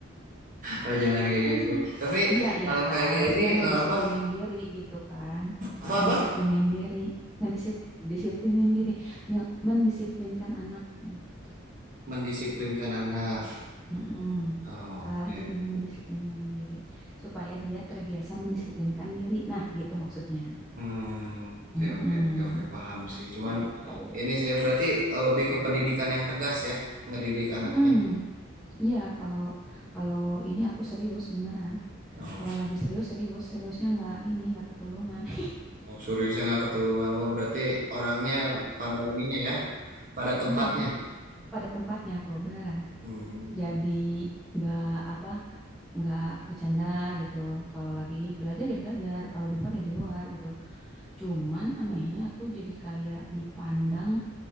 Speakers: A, on the right; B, in the centre.
A: Oh jangan kayak
B: Terus,
A: gitu. Tapi
B: Iya, iya
A: eh,
B: kan.
A: kayak gak
B: Maksudnya
A: ini
B: ngedisiplinin
A: eh, apa
B: diri gitu kan.
A: apa
B: Ngedisiplinin
A: apa
B: diri. Ngedisip, Ngedisiplinin disiplinin diri. Nge- mendisiplinkan anak gitu.
A: mendisiplinkan anak.
B: Mm-mm.
A: Oh,
B: Salah
A: oke.
B: jadi mengedisiplinin diri. Supaya dia terbiasa mendisiplinkan diri. Nah, gitu maksudnya.
A: Hmm, oke
B: Mm-mm.
A: oke oke oke paham sih. Cuman
B: Gitu.
A: ini sih ya berarti eh, lebih ke pendidikan yang tegas ya ngedidik anaknya.
B: Mm-mm. Iya, kalau kalau ini aku serius beneran.
A: Oh,
B: Kalau lagi serius, serius. Seriusnya nggak ini, nggak ketulungan. <laughs>
A: oh seriusnya nggak ketulungan. Oh berarti orangnya pada ininya ya, pada tempatnya.
B: Iya, pada tempatnya aku beneran.
A: Hmm.
B: jadi nggak apa nggak bercanda gitu kalau lagi belajar ya belajar kalau di luar ya di luar gitu cuman anehnya aku jadi kayak dipandang